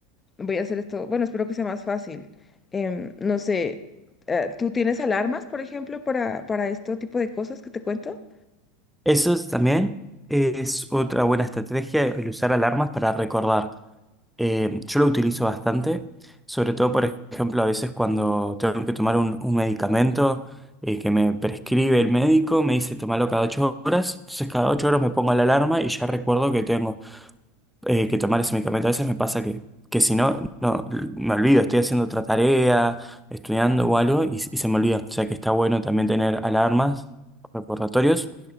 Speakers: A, on the left (about 20°); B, in the centre.
A: voy a hacer esto. Bueno, espero que sea más fácil. Em, no sé, eh, ¿tú tienes alarmas, por ejemplo, para, para este tipo de cosas que te cuento?
B: Eso es también es otra buena estrategia, el usar alarmas para recordar. Eh, yo lo utilizo bastante, sobre todo, por ejemplo, a veces cuando tengo que tomar un, un medicamento eh, que me prescribe el médico, me dice tomarlo cada ocho horas, entonces cada ocho horas me pongo la alarma y ya recuerdo que tengo eh, que tomar ese medicamento. A veces me pasa que, que si no, no, me olvido, estoy haciendo otra tarea, estudiando o algo y, y se me olvida. O sea que está bueno también tener alarmas, recordatorios.